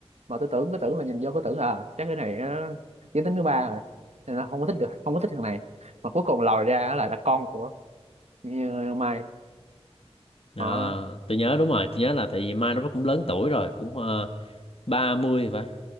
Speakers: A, on the right; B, on the left.
A: mà tôi tưởng cứ tưởng là nhìn vô cứ tưởng là à, chắc cái này nó giới tính thứ ba rồi nên là không có thích được không có thích thằng này mà cuối cùng lòi ra là, là con của như Mai
B: à,
A: họ
B: tôi nhớ đúng rồi tôi nhớ là tại vì Mai nó cũng lớn tuổi rồi cũng uh, ba mươi vậy